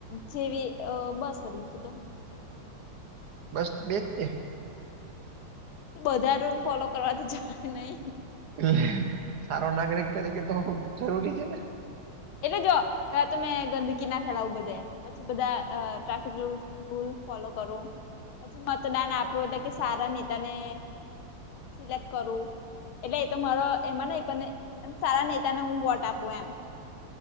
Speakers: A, on the left; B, on the right.
A: જેવી અ બસ ફ બીજું તો હું
B: બસ બેજ તે.
A: તો બધા રૂલ ફોલો કરવા તો જવાય નહી.
B: એટલે સારો નાગરિક તરીકે તો ખૂબ જરૂરી છે ને.
A: એટલે જો અ તમે ગંદકી ના ફેલાવું બધે. પછી બધા અ ટ્રાફિક રૂલ ફૂલ ફોલો કરો. પછી મતદાન આપું એટલે કે સારા નેતાને સિલેક્ટ કરવું. એટલે એ તો મારો એમાં મને પણે સારા નેતાને હું વોટ આપું એમ.